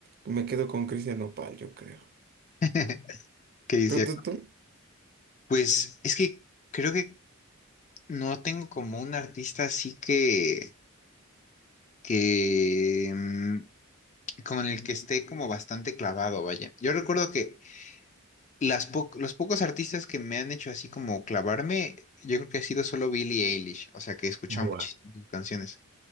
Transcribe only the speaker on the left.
<laughs> ¿Qué dice?
Pues es que creo que no tengo como un artista así que, que mm, como en el que esté como bastante clavado, vaya. Yo recuerdo que las po- los pocos artistas que me han hecho así como clavarme, yo creo que ha sido solo Billie Eilish, o sea, que he escuchado
muchísimas sus canciones.